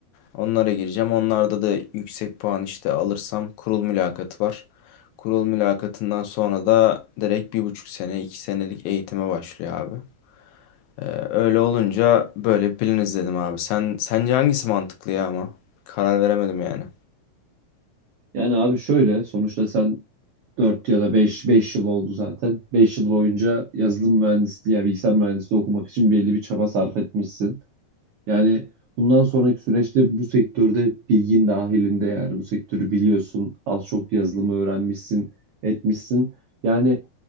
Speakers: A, on the left; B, on the right.
A: Onlara gireceğim. Onlarda da yüksek puan işte alırsam kurul mülakatı var. Kurul mülakatından sonra da direkt bir buçuk sene, iki senelik eğitime başlıyor abi. Ee, öyle olunca böyle bir plan izledim abi. Sen sence hangisi mantıklı ya ama? Karar veremedim yani.
B: Yani abi şöyle sonuçta sen 4 ya da beş beş yıl oldu zaten. 5 yıl boyunca yazılım mühendisliği ya bilgisayar mühendisliği okumak için belli bir çaba sarf etmişsin. Yani bundan sonraki süreçte bu sektörde bilgin dahilinde yani bu sektörü biliyorsun. Az çok yazılımı öğrenmişsin, etmişsin. Yani